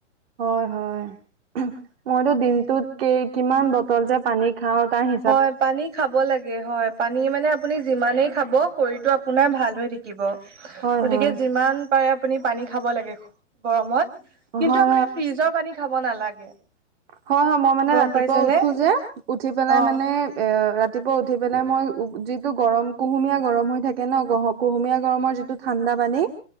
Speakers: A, on the right (about 55°); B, on the right (about 75°).
A: হয়-হয়। মইতো দিনটোত কিমান বটল যে পানী <inaudible> খাওঁ তাৰ হি <inaudible>
B: হয়। পানী খাব লাগে হয়। <inaudible> পানী মানে আপুনি যিমানেই খাব শৰীৰটো আপোনাৰ ভাল হৈ থাকিব।
A: হয়
B: গতিকে
A: হয়
B: যিমান <inaudible> পাৰে আপুনি পানী খাব লাগে গৰমত কিন্তু
A: হয়
B: আপুনি ফ্ৰিজৰ পানী খাব নালাগে। <inaudible>
A: হয়-হয়। মই মানে
B: গম
A: ৰাতিপুৱা
B: পাইছেনে
A: উঠো যে উঠি পেলাই
B: অ
A: মানে <inaudible> এ ৰাতিপুৱা উঠি পেলাই মই যিটো গৰম কুহুমীয়া গৰম হৈ থাকে ন'। কুহুমীয়া গৰমৰ যিটো <inaudible> ঠাণ্ডা পানী। <inaudible>